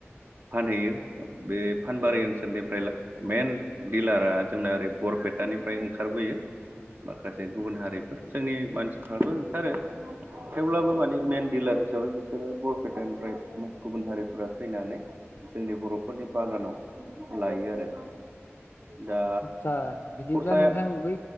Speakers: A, on the right; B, on the left.
A: फानहैयो बे फानबारि ओनसोलनिफ्राय मेन दिडिलारा जोंना ओरै बरपेटानिफ्राय ओंखारबोयो माखासे गुबुन हारिफोर जोंनि मानसिफ्राबो ओंखारो थेवब्लाबो माने मेन डिलार हिसाबै बिसोरो बरपेटानिफ्राय गुबुन हारिफोरा फैनानै जोंनि बर'फोरनि बागानाव लायो आरो दा
B: आदसा बिदिब्ला
A: खरसाया
B: नोंथां बै